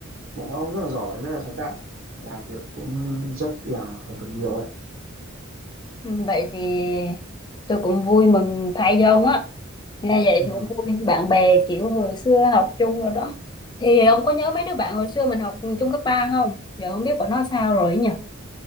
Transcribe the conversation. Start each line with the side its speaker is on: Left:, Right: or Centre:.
Right: bọn nó rất là giỏi rất là sáng tạo làm việc cũng rất là học được nhiều ấy
Left: Ừ, Vậy thì tôi cũng vui mừng thay cho ông á nghe vậy
Right: Ờ,
Left: thì cũng vui bạn bè kiểu hồi xưa học chung rồi đó thì ông có nhớ mấy đứa bạn hồi xưa mình học chung cấp 3 không giờ không biết bọn nó sao rồi ấy nhỉ